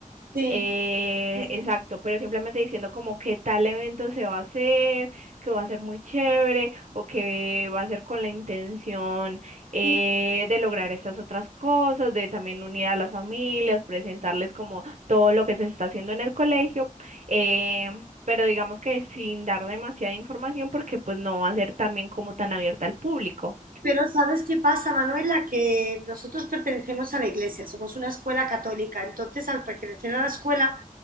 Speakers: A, on the right; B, on the right.
A: Sí.
B: eh,
A: sí,
B: exacto,
A: sí,
B: pero simplemente diciendo como qué tal evento se va a hacer, que va a ser muy chévere o que va a ser con la intención eh,
A: sí.
B: de lograr estas otras cosas, de también unir a las familias, presentarles como todo lo que se está haciendo en el colegio, eh, pero digamos que sin dar demasiada información porque pues no va a ser también como tan abierta al público.
A: Pero ¿sabes qué pasa, Manuela? Que nosotros pertenecemos a la iglesia, somos una escuela católica, entonces al pertenecer a la escuela